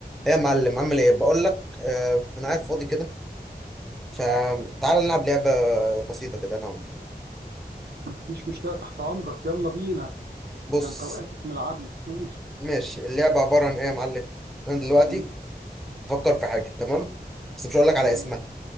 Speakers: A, in the centre; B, on the right.
A: ايه يا معلم عامل ايه بقول لك آه انا قاعد فاضي كده فتعال نلعب لعبه بسيطه كده انا وانت
B: مفيش مشكلة تحت أمرك يلا بينا
A: بص
B: ده أنت وقعت في ملعبي قول
A: ماشي اللعبه عباره عن ايه يا معلم انا دلوقتي
B: مم،
A: بفكر في حاجه تمام بس مش هقول لك
B: تمام
A: على اسمها